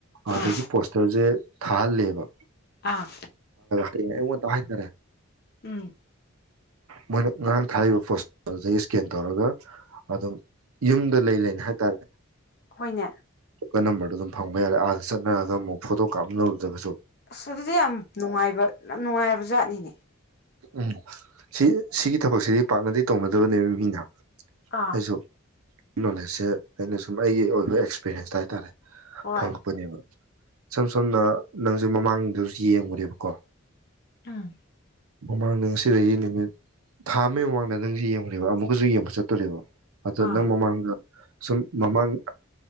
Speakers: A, on the right; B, on the left.
A: ꯑꯗꯒꯤ
B: ꯑꯥ
A: ꯄꯣꯁꯇꯔꯁꯦ ꯊꯥꯍꯜꯂꯦꯕ
B: ꯑꯥ
A: ꯏꯃ ꯍꯥꯏ ꯇꯔꯦ
B: ꯎꯝ
A: ꯃꯣꯏꯅ ꯉꯔꯥꯡ ꯊꯥꯔꯤꯕ ꯄꯣꯁꯇꯣꯗꯒꯤ ꯏꯁꯀꯦꯟ ꯇꯧꯔꯒ ꯑꯗꯨꯝ ꯌꯨꯝꯗ ꯂꯩ ꯂꯩꯅ ꯍꯥꯏꯇꯥꯥꯔꯦ
B: ꯍꯈꯣꯏꯅꯦ
A: ꯀ ꯅꯝꯕꯔꯗꯨꯣꯝ ꯐꯪꯕꯔ ꯑꯥꯗ ꯆꯠꯅꯔꯒ ꯑꯃꯨꯛ ꯐꯣꯇꯣ ꯀꯥꯞꯅꯔꯨꯗꯒꯁꯨ
B: ꯑꯁ ꯑꯗꯨꯗꯤ ꯌꯥꯝ ꯅꯨꯡꯉꯥꯏꯕ ꯌꯥꯝ ꯅꯨꯡꯉꯥꯏꯔꯕ ꯖꯥꯠꯅꯤꯅꯦ
A: ꯎꯝ ꯁꯤ ꯁꯤꯒꯤ ꯊꯕꯛꯁꯤꯗꯤ ꯄꯥꯛꯅꯗꯤ ꯇꯧꯅꯗꯕꯅꯦꯕ ꯃꯤꯅ
B: ꯑꯥ
A: ꯑꯖꯣꯛ ꯅꯣꯂꯦꯖꯁꯦ ꯑꯩꯅ ꯁꯨꯝ ꯑꯩꯒꯤ ꯑꯣꯏꯕ ꯑꯦꯛꯁꯄꯤꯔꯦꯟꯁꯇ ꯍꯥꯏꯇꯥꯔꯦ
B: ꯍꯣꯏ
A: ꯐꯪꯄꯅꯦꯕ ꯁꯝ ꯁꯣꯝꯅ ꯅꯪꯁꯦ ꯃꯃꯥꯡꯗꯁꯨ ꯌꯦꯡꯉꯨꯔꯦꯕꯀꯣ
B: ꯑꯥ
A: ꯃꯃꯥꯡꯗ ꯉꯁꯤꯁꯤ ꯅꯨꯃꯤꯠ ꯊꯥ ꯑꯃꯒꯤ ꯃꯃꯥꯡꯗ ꯅꯪꯁ ꯌꯦꯡꯈꯦꯕ ꯑꯃꯨꯛꯀꯁꯨ ꯌꯦꯡꯕ ꯆꯠꯇꯣꯔꯦꯕ ꯑꯁꯨ ꯑꯦ
B: ꯑꯥ
A: ꯑꯗꯨꯗꯝ ꯃꯃꯥꯡꯒꯥ ꯁꯨꯝ ꯃꯃꯥꯡ